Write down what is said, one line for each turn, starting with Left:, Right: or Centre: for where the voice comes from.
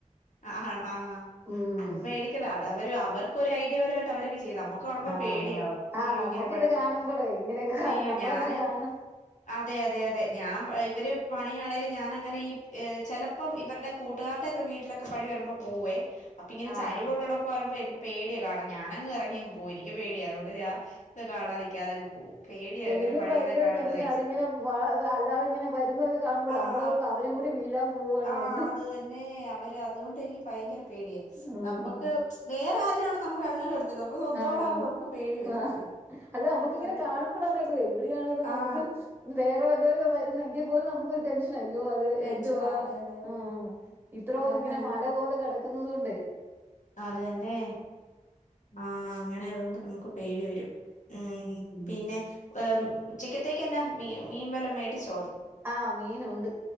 Left: ആ ആണോ ആ
Right: ഉം
Left: അത് പേടിക്കണ്ട അത് അവര് അവർക്ക് ഒരു ഐഡിയപരമായിട്ട് അവരൊക്കെ ചെയ്തു നമ്മു കാണുമ്പോ
Right: ആഹ്
Left: പേടിയാവും
Right: ആഹ് ആഹ്
Left: ഇയ്യോ
Right: നമ്മുക്കിത്
Left: ഇങ്ങനെ പണി
Right: കാണുമ്പോഴേ ഇങ്ങനെയൊക്കെ കാണ
Left: അയ്യോ
Right: നമ്മളങ്ങനെ
Left: ഞാന്
Right: കാണണം
Left: അതെ അതെ അതെ ഞാൻ ഇവര് പണിയാണെലും ഞാൻ അങ്ങനെ ഈ ചിലപ്പോം ഇവരുടെ കൂട്ടുകാരുടെ ഒക്കെ വീട്ടിലൊക്കെ പണി വരുമ്പോ പോകുവേ അപ്പൊ ഇങ്ങനെ
Right: ആഹ്
Left: ചരിവള്ളോടൊക്കെ
Right: ആഹ്
Left: വരുമ്പോ എനി- പേടിയാണ് കാരണം ഞാനങ്ങ് ഇറങ്ങിങ് പോകും എനിക്ക് പേടിയ അതുകൊണ്ട് ഞാൻ കാണാതിക്കാതങ്ങ് പോവും പേടിയാ
Right: എനിക്കും
Left: ഇങ്ങനെ പണിയുന്ന
Right: ഭയങ്കര
Left: കാണുന്നതേ
Right: ടെൻഷന അതിങ്ങനെ അല്ലാതെ ഇങ്ങനെ വരുന്നൊയൊക്കെ കാണുമ്പോൾ
Left: ആഹ്
Right: നമ്മൾ ഓർക്കും അവരും കൂടി വീഴാൻ പോവാണോ
Left: ആഹ്
Right: എന്ത്
Left: അത് തന്നെ അവര് അതുകൊണ്ട് എനിക്ക് ഭയങ്കര പേടിയാ
Right: ഉം
Left: നമക്ക്
Right: ഉം
Left: വേറെ ആരാലും ആണെ നമുക്ക് അങ്ങനെ നമ്മടെ സ്വന്തോകൂട്ടാവുമ്പോ
Right: ആഹ്
Left: നമുക്ക് പേടി വരത്തില്ലേ
Right: ആ അല്ല നമ്മുക്ക്
Left: പെട്ടെന്ന്
Right: ഇങ്ങനെ കാണുമ്പോഴാണെ ഇത് വരും എവിടെയാണേും നമുക്ക്
Left: ആഹ്
Right: വേറെ വല്ലോരുവാ വരുന്നെങ്കിൽ പോലും നമുക്കൊരു ടെൻഷൻ ആയി അയ്യോ അത്
Left: ടെൻഷനാ
Right: എന്തുവാ
Left: അതെ അതെ
Right: ആ ഇത്രോ
Left: അതങ്ങനാ
Right: ഇങ്ങനെ മല പോലെ കിടക്കുന്നത് കൊണ്ട്
Left: അത് തന്നെ ആ അങ്ങനെ ആതുകൊണ്ട് നമുക്ക് പേടി വരും ഉം പിന്നെ ഉച്ചക്കത്തേക്ക്ന്നെ മീ മീൻ വല്ലാം മേടിച്ച്
Right: ആഹ് മീനുണ്ട്